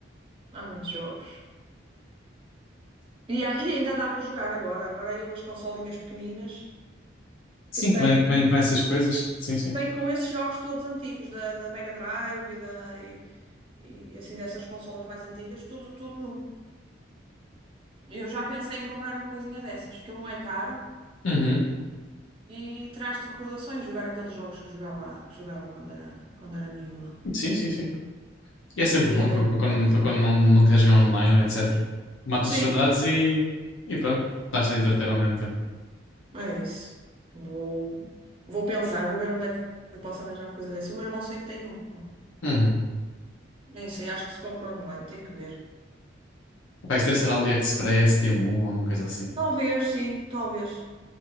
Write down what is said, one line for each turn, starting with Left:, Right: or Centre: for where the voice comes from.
Right: Há muitos jogos. E, há- e ainda dá para jogar agora. Agora há aí umas consolinhas pequeninas
Left: Sim,
Right: que têm,
Left: que vem, que vem
Right: eh,
Left: com essas coisas. Sim, sim.
Right: vêm com esses jogos todos antigos, da, da Mega Drive e, da, e, e assim dessas consolas mais antigas, tudo, tudo num. E Eu já pensei em comprar uma coisinha dessas, que ele não é caro
Left: Uhum.
Right: e traz-te recordações jogar aqueles jogos que jogava, que jogava quando era, quando era miúda.
Left: Sim, sim, sim. E é sempre
Right: Um dia
Left: bom
Right: ainda
Left: para,
Right: vou
Left: para
Right: comprar
Left: quando,
Right: uma coisinha.
Left: para quando não, não queres jogar online ou etc. Matas
Right: Sim,
Left: saudades e, e pronto. Estás a entreter ao mesmo tempo.
Right: é isso. Vou, vou pensar, vou ver onde é que eu posso arranjar uma coisa dessa. O meu irmão sei que tem uma.
Left: Uhum.
Right: Nem sei, acho que se compra online, tem que ver.
Left: Pá, isso deve ser AliExpress, Temu, alguma coisa assim.
Right: Talvez, sim, talvez.